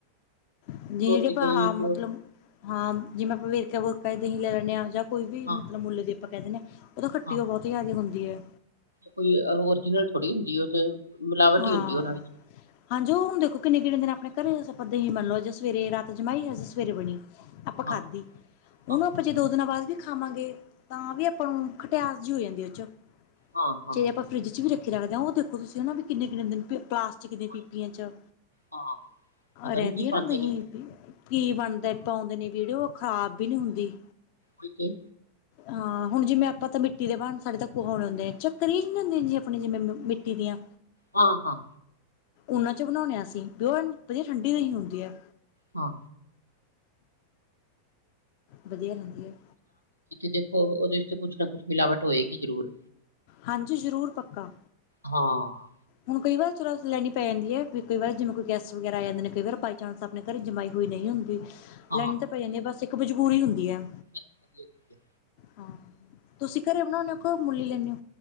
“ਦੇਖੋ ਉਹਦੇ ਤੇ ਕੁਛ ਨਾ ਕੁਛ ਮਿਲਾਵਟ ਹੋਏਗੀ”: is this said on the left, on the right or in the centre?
Left